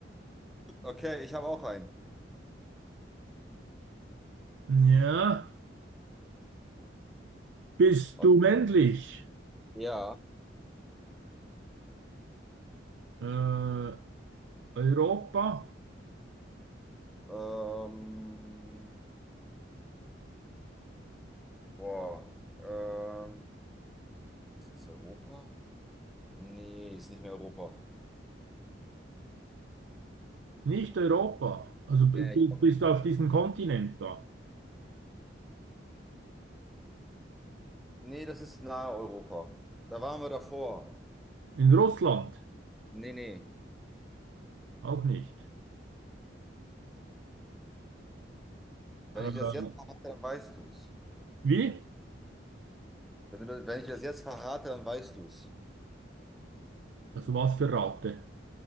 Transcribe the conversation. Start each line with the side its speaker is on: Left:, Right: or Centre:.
Centre: okay, ich habe auch einen.
Right: Ja, bist
Centre: O-
Right: du männlich?
Centre: Ja.
Right: Äh, Europa?
Centre: Ähm, boah. Ähm, ist das Europa? Nee, ist nicht mehr Europa.
Right: Nicht Europa. Also b-
Centre: Nee,
Right: b-
Centre: ich,
Right: bist du auf diesem Kontinent da?
Centre: Nee, das ist nahe Europa. Da waren wir davor.
Right: In Russland?
Centre: Nee, nee.
Right: Auch nicht.
Centre: Wenn
Right: Äh,
Centre: ich das jetzt verrate, dann weißt du es.
Right: wie?
Centre: Wenn du, das- wenn ich das jetzt verrate, dann weißt du es,
Right: Also was für Ratte?